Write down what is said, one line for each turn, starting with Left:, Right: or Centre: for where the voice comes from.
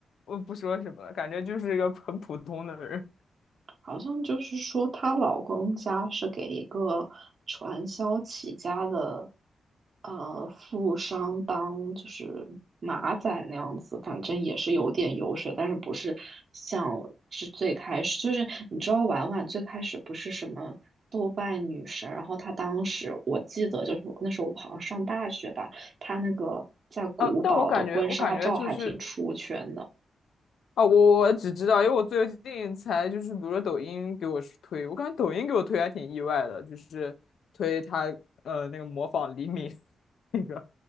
Left: 我不说什么了，感觉就是一个很普通的人。
Right: 好像就是说她老公家是给一个传销起家的呃富商当就是马仔那样子，反正也是有点油水，但是不是像是最开始，就是你知道婉婉最开始不是什么。豆瓣女神，然后她当时我记得就是那时候我好像上大学吧，她那个在古堡的婚纱照还挺出圈的。
Left: 啊，但我感觉，我感觉就是。啊，我我只知道，因为我最近才就是，比如说抖音给我是推，我感觉抖音给我推还挺意外的，就是推他呃那个模仿黎明 <laughs> 那个，